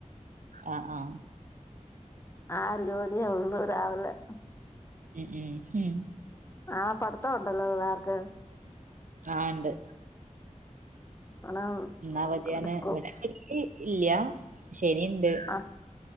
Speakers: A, on the right; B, on the left.
A: ആഹ് ആഹ്
B: ആ ഒരു ജോലിയേ ഉള്ളു രാവിലെ
A: ഉം ഉം ഉം
B: ആഹ് പഠിത്തം ഉണ്ടല്ലോ പുള്ളാർക്ക്
A: ആഹ് ഇണ്ട്
B: <unintelligible>
A: ഇന്ന് അവധിയാണ്
B: സ്കൂ
A: ഇവിടെ ഇല്ല്യ ശരിയ്ണ്ട്
B: ആഹ്